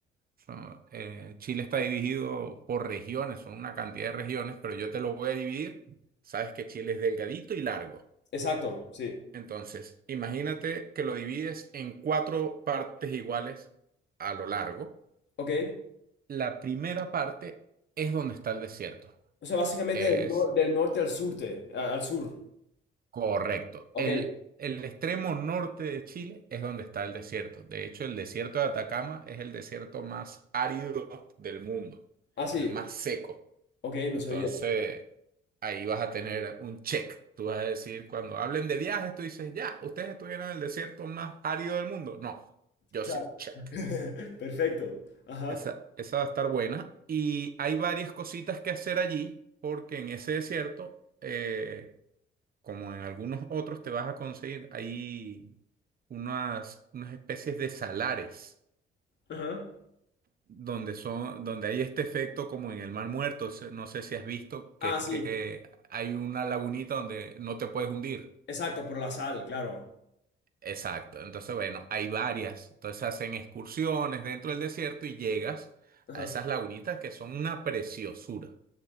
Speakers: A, on the right; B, on the left.
A: son- eh, Chile está dividido por regiones, son una cantidad de regiones, pero yo te lo voy a dividir. Sabes que Chile es delgadito y largo.
B: exacto, sí.
A: Entonces, imagínate que lo divides en cuatro partes iguales a lo largo.
B: Ok.
A: La primera parte es donde está el desierto.
B: O sea, básicamente
A: Es
B: del, nor- del norte al surte, a- al sur.
A: correcto.
B: Ok.
A: El, el extremo norte de Chile es donde está el desierto. De hecho, el desierto de Atacama es el desierto más árido del mundo,
B: Ah, sí.
A: el más seco.
B: Ok, no
A: Entonces,
B: sabía.
A: ahí vas a tener un check. Tú vas a decir, cuando hablen de viajes, tú dices, ya, ¿ustedes estuvieron en el desierto más árido del mundo? No, yo
B: Claro.
A: sí, check.
B: <laughs> Perfecto. Ajá.
A: Esa, esa va a estar buena. Y hay varias cositas que hacer allí, porque en ese desierto, eh, como en algunos otros, te vas a conseguir ahí unas, unas especies de salares.
B: Ajá.
A: donde son, donde hay este efecto como en el Mar Muerto, se- no sé si has visto,
B: Ah,
A: que es
B: sí.
A: que hay una lagunita donde no te puedes hundir.
B: Exacto, por la sal, claro.
A: Exacto, entonces bueno, hay varias, entonces hacen excursiones dentro del desierto y llegas
B: Ajá.
A: a esas lagunitas que son una preciosura.